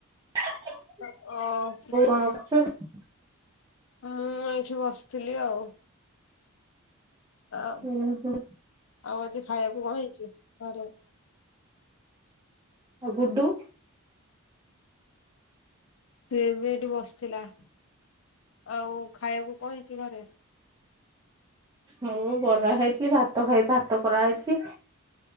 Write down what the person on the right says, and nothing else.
<inaudible>
<inaudible>
ହୁଁ ହୁଁ
ଗୁଡୁ।
ହଁ ମୁଁ ବରା ଖାଇଥିଲି ଭାତ ଖାଇବି ଭାତ କରାହେଇଛି।